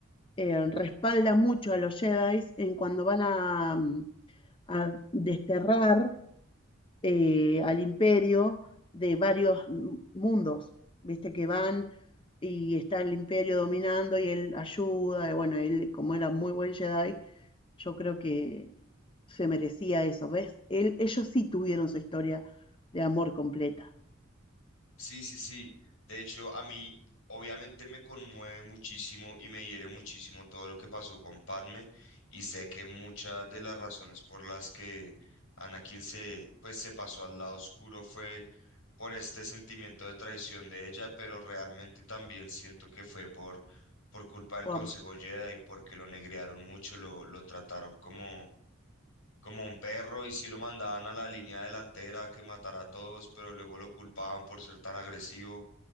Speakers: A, on the left (about 25°); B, on the left (about 75°).
A: Eh, respalda mucho a los Jedi en cuando van a, mm, a desterrar eh, al imperio de varios mm, mundos. Viste que van y está el imperio dominando y él ayuda. y bueno, él como era muy buen Jedi, yo creo que se merecía eso, ¿ves? Él, ellos sí tuvieron su historia de amor completa
B: Sí, sí, sí. De hecho, a mí obviamente me conmueve muchísimo y me hiere muchísimo todo lo que pasó con Padme y sé que muchas de las razones por las que Anakin se, pues, se pasó al lado oscuro fue por este sentimiento de traición de ella, pero realmente también siento que fue por, por culpa del
A: por
B: Consejo Jedi porque lo negrearon mucho, lo, lo trataron como... como un perro y sí lo mandaban a la línea delantera que matara a todos, pero luego lo culpaban por ser tan agresivo.